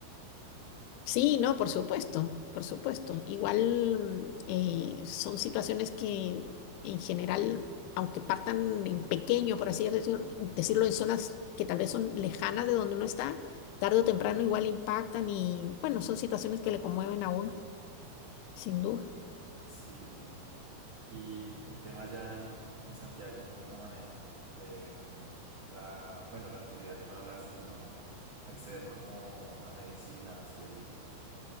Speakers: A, on the left (about 85°); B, on the right (about 75°).
A: Sí, no, por supuesto, por supuesto. Igual mm, eh, son situaciones que en general, aunque partan en pequeño, por así decir- decirlo, en zonas que tal vez son lejanas de donde uno está, tarde o temprano igual impactan y bueno, son situaciones que le conmueven a uno, sin duda.
B: Sí, sí, sí. sí. Y el tema ya en Santiago, ¿cómo se maneja? De mm, la, bueno, la seguridad ya me hablaste, sino acceder como a medicinas y así.